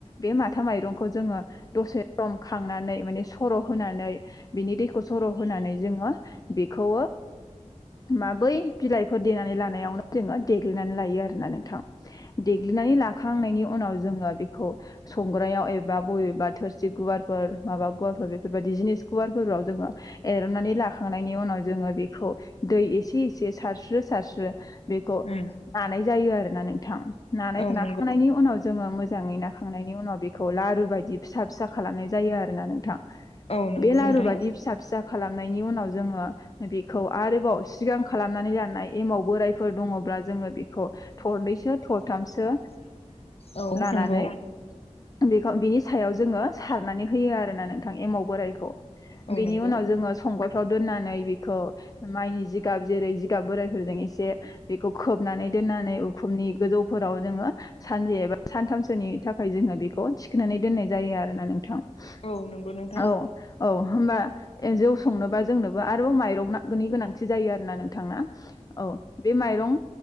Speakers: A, on the left; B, on the left.
A: बे माथा माइरंखौ जोङो दसे सम खांनानै माने सर' होनानै बिनि दैखौ सर' होनानै जोङो बेखौ माबै बिलाइफोर देनानै लानायावनो जोङो देग्लिनानै लायो आरोना नोंथां बिनानै लाखांनायनि उनाव जोङो बेखौ संग्रायाव एबा बबेबा थोरसि गुवारफोर <unintelligible> बेफोरबायदि जिनिस गुवार फोराव जोङो एरननानै लाखांनायनि उनाव जोङो बेखौ दै एसे-एसे सारस्रो सारस्रो बेखौ
B: उम
A: नानाय जायो आरोना नोंथां नानायखौ
B: औ
A: नाखांनायनि
B: नंगौ
A: उनाव जोङो मोजाङै नााखांनायनि उनाव बेखौ लारु बायदि फिसा फिसा खालामनाय जायो आरोना नोंथां।
B: औ नंगौ
A: बे लारु
B: नोंथां
A: बादि फिसा फिसा खालामनायनि उनाव जोङो बेखौ आरोबाव सिगां खालामनानै लानाय एमाव बोरायफोर दङ जोङो बेखौ थरनैसो थर थामसो
B: औ
A: लानानै
B: नंगौ
A: बेखौ बिनि सायाव जोङो सारनानै होयो आरोना नोंथां एमाव बोराइखौ
B: औ
A: बेनि
B: नंगौ
A: उनाव जोङो संग <unintelligible> दोननानै बेखौ माइनि जिगाब जेरै जिगाब बोरायफोरजों एसे बेखौ खोबनानै दोननानै उखुमनि गोजौ फोराव जोङो सानसे एबा सानथामसोनि थाखाय जोङो बेखौ थिखोनानै दोननाय जायो आरोना नोंथां औ-औ
B: औ नंगौ नोंथां
A: होमबा जौ संनोबा जोंनोबो आरोबाव माइरंनि गोनांथि जायो आरोना नोंथांना। औ बे माइरं